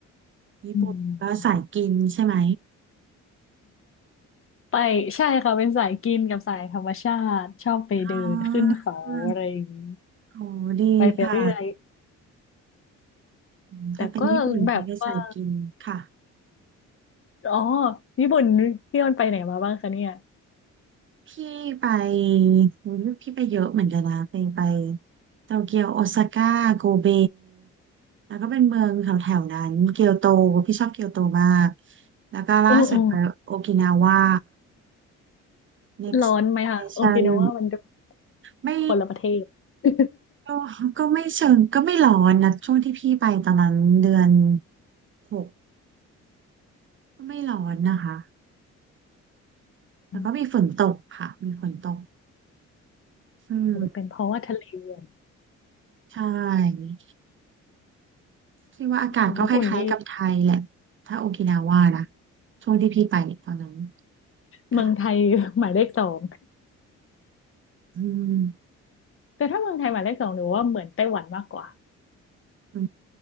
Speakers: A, on the right; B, on the left.
A: ญี่ปุ่นก็สายกินใช่ไหม
B: อืมไปใช่ค่ะเป็นสายกินกับสายธรรมชาติชอบไปเดินขึ้นเขาอะไรอย่างนี้
A: อ๋อ โอ้ดีค่ะ
B: ไปไปเรื่อย
A: อืมถ้าเป็นญี่ปุ่นพี่ก็ใส่กินค่ะ
B: แต่ก็แบบว่า อ๋อญี่ปุ่นพี่ออนไปไหนมาบ้างคะเนี่ย
A: พี่ไปโอ้ยพี่ไปเยอะเหมือนกันนะไปไปโตเกียวโอซาก้าโกเบแล้วก็เป็นเมืองแถวแถวนั้นเกียวโตพี่ชอบเกียวโตมาก แล้วก็ล่าสุดไปโอกินาว่า
B: โอ้โอ้
A: next
B: ร้อนไหมคะโอเคนะว่ามันจะ
A: destination ไม่
B: คนละประเทศ <laughs>
A: ก็ก็ไม่เชิงก็ไม่ร้อนนะช่วงที่พี่ไปตอนนั้นเดือนหกก็ไม่ร้อนนะคะแต่ก็มีฝนตกค่ะมีฝนตก
B: อม
A: อืม
B: อาจจะเป็นเพราะว่าทะเลอะ
A: ใช่พี่ว่าอากาศก็คล้ายๆกับไทยแหละ
B: แต่ญี่ปุ่นนี่
A: ถ้าโอกินาว่านะช่วงที่พี่ไปเนี่ยตอนนั้น
B: เมืองไทย
A: ค่ะ
B: <laughs> หมายเลขสอง
A: อืม
B: แต่ถ้าเมืองไทยหมายเลขสองหนูว่าเหมือนไต้หวันมากกว่า
A: อื